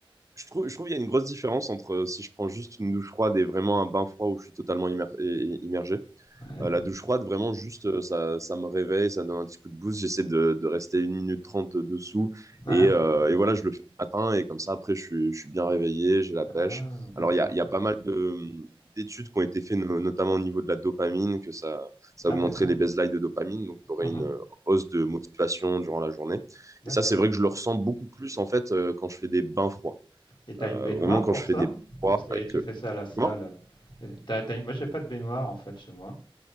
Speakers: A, on the right (about 35°); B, on the left (about 55°).
A: je trouve, je trouve qu'il y a une grosse différence entre euh, si je prends juste une douche froide et vraiment un bain froid où je suis totalement immer- et- et- immergé.
B: Ouais.
A: Euh, la douche froide, vraiment, juste, euh, ça, ça me réveille, ça me donne un petit coup de boost. J'essaie de, de rester une minute trente dessous.
B: Ah,
A: Et,
B: hein.
A: euh, et voilà, je le fais le matin. Et comme ça, après, je suis, je suis bien réveillé, j'ai la pêche.
B: ah, d'accord.
A: Alors, il y a, il y a pas mal de, hum, d'études qui ont été faites, no- notamment au niveau de la dopamine, que ça, ça
B: Ah,
A: augmenterait
B: d'accord.
A: les baselines de dopamine. Donc, tu aurais
B: Mhm.
A: une euh, hausse de motivation durant la journée.
B: D'accord.
A: Et ça, c'est vrai que je le ressens beaucoup plus, en fait, euh, quand je fais des bains froids.
B: Et t'as
A: Euh,
B: une baignoire
A: vraiment, quand
B: pour
A: je fais
B: ça?
A: des bains froids.
B: Ou c'est-
A: Et
B: tu
A: que...
B: fais ça à la salle?
A: Comment?
B: Euh, T'as, t'as une- Moi, j'ai pas de baignoire en fait chez moi.